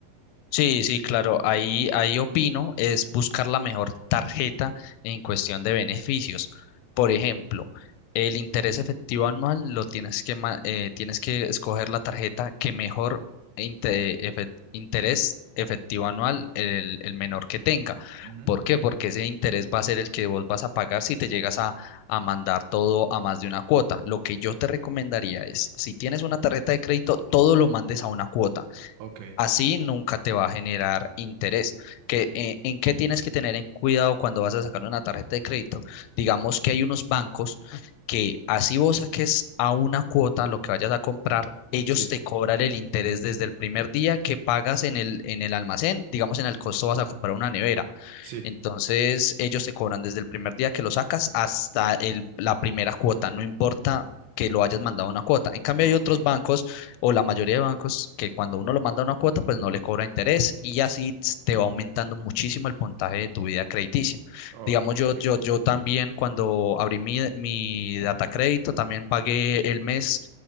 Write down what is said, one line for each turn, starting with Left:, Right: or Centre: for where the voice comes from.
Left: Sí, sí, claro, ahí, ahí opino es buscar la mejor tarjeta en cuestión de beneficios. Por ejemplo, el interés efectivo anual lo tienes que, ma- eh, tienes que escoger la tarjeta que mejor inte- efe- interés efectivo anual, el, el menor que tenga.
Right: Ujú.
Left: ¿Por qué? Porque ese interés va a ser el que vos vas a pagar si te llegas a, a mandar todo a más de una cuota. Lo que yo te recomendaría es, si tienes una tarjeta de crédito, todo lo mandes a una cuota
Right: Ok,
Left: Así nunca te va a generar interés. Que, eh, ¿en qué tienes que tener en cuidado cuando vas a sacar una tarjeta de crédito? Digamos que hay unos bancos que así vos saques a una cuota lo que vayas a comprar, ellos
Right: sí,
Left: te cobran el interés desde el primer día que pagas en el, en el almacén. Digamos, en el costo vas a comprar una nevera.
Right: sí,
Left: Entonces, ellos te cobran desde el primer día que lo sacas hasta el- la primera cuota, no importa que lo hayas mandado una cuota. En cambio,
Right: ok.
Left: hay otros bancos o la mayoría de bancos que cuando uno lo manda una cuota, pues no le cobra interés y así ts- te va aumentando muchísimo el puntaje de tu vida crediticia.
Right: Ok,
Left: Digamos, yo,
Right: ok.
Left: yo, yo también cuando abrí mi, mi data crédito, también pagué el mes.